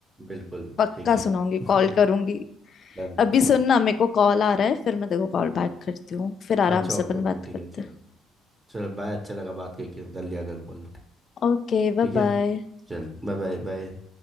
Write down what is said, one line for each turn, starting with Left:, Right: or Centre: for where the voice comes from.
Right: बिल्कुल
Left: पक्का
Right: ठीक
Left: सुनाऊंगी
Right: है <laughs>
Left: कॉल करूंगी
Right: डन
Left: अभी सुनना मेरे को कॉल आ रहा है फिर मैं देखो कॉल बैक करती हूँ फिर आराम
Right: अच्छा ओके
Left: से अपन
Right: ओके
Left: बात
Right: ठीक
Left: करते
Right: है चलो
Left: हैं
Right: चलो बाय अच्छा लगा बात करके कर लिया कर कॉल
Left: Okay bye
Right: ठीक है
Left: bye
Right: चल बाय बाय बाय